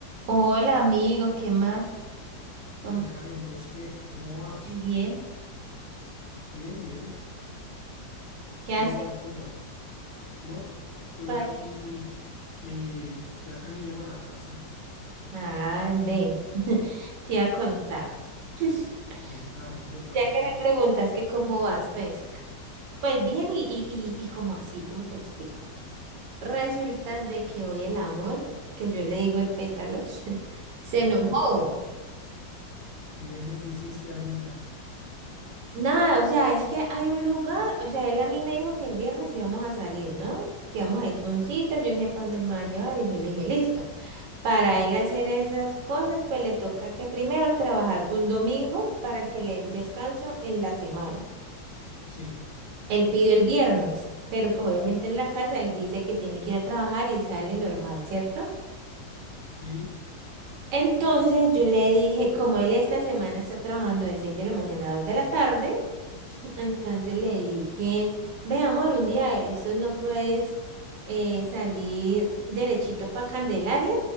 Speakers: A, on the right; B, on the left.
A: Hola amigo, ¿qué más? ¿Cómo
B: Bien, Karen, ¿vos qué? ¿Cómo vas?
A: bien, bien?
B: Bien, bien.
A: ¿Qué hace?
B: ¿Cómo van las cosas? No, estoy
A: Pa-
B: aquí, eh, ya casi llego a la casa.
A: Nada, ver, <laughs> te iba a contar. <laughs>
B: Contame, ¿qué te pasó?
A: Ya que me preguntas que cómo vas, pues, pues bien y, y, y, y como así, ¿cómo te explico? Resulta de que hoy el amor, que yo le digo el pétalo, <laughs> se
B: Ajá.
A: enojó.
B: ¿Y eso que hiciste ahorita?
A: Nada, o sea, es que hay un lugar, o sea, él a mí me dijo que el viernes íbamos a salir, ¿no? Que íbamos a ir pa' un sitio, yo no sé para dónde él me va a llevar y yo le dije, listo. Para él hacer esas cosas, pues le toca que primero trabajar un domingo para que le den descanso en la semana.
B: Sí,
A: Él pidió el viernes, pero pues obviamente en la casa él dice que tiene que ir a trabajar y sale normal, ¿cierto?
B: sí,
A: Entonces yo le dije, como él esta semana está trabajando de 6 de la mañana a 2 de la tarde, <laughs> entonces le dije, ve amor, un día de estos no puedes eh, salir derechito para Candelaria,